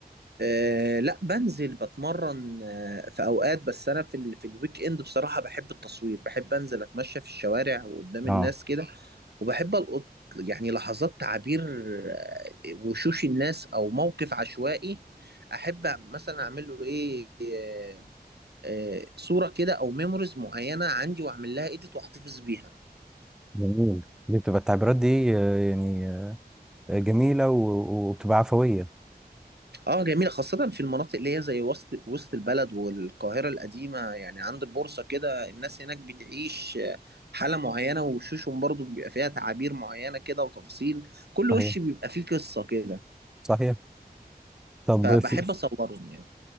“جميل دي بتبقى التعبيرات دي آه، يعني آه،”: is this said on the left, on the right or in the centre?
Centre